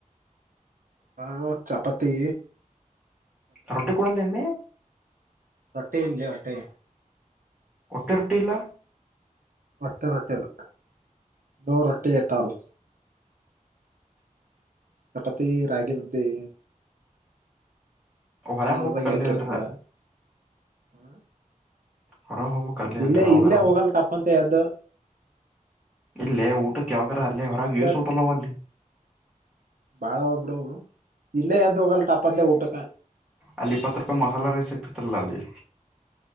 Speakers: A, on the right; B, in the centre.
A: ಹ ಚಪಾತಿ
B: ರೊಟ್ಟಿ ಕೂಡಲ್ಲ ನಿಿ
A: ಹೊಟ್ಟೆ ಇಲ್ಲ ಹೊಟ್ಟೆ
B: ಒಟ್ಟೆ ಇರಟ್ಟಿಿಲ್ಲ
A: ಮಟ್ಟೆ ರೊಟ್ಟಿಲ್ಲ ನೋ ರೊಟ್ಟಿ ಟ್ಟಲ್ಲ ಚಪಾತಿ ರಾಗಿ ಬ್ದೆ
B: ಹೊರಗೆ
A: ಕನ್ಡ್ದಾಗ
B: ಹೋಗ್ಬೇಕ್
A: ಯಾಕೆರ್ತದ
B: ಅಲ್ಲೇ ಅಲ್ರ
A: ಹ್ಮ
B: ಹೊರಗೆ ಹೋಗ್ಬೇಕ್ ಅಲ್ಲೇ
A: ಇಲ್ಲೇ
B: ಅಲ್ರಿ ಯಾವಾಗಾರ
A: ಇಲ್ಲೇ ಹೋಗಲ್ ಟಪ್ಪಂತ ಎದ್ದು
B: ಇಲ್ಲೇ ಊಟಕ್ಕೆ ಯಾವಾಗಾರ ಅಲ್ಲೇ ಹೊರಗೆ
A: ಇಲ್ಲ
B: ಯೂ ಸ ಊಟಲ್ಲವ ಅಲ್ಲಿ
A: ಬಾಳ ಒಬ್ಬಡು ಇಲ್ಲೇ ಯದ್ದು ಹೋಗಲ್ ಟಪ್ಪ ಅಂದೆ ಊಟಕ್ಕ
B: ಅಲ್ಲಿ ಇಪ್ಪತ್ತು ರೂಪಾಯಿ ಮಸಾಲಾ ರೈಸ್ ಸಿಗ್ತಿತಿಲ್ಲ ಅಲ್ಲಿ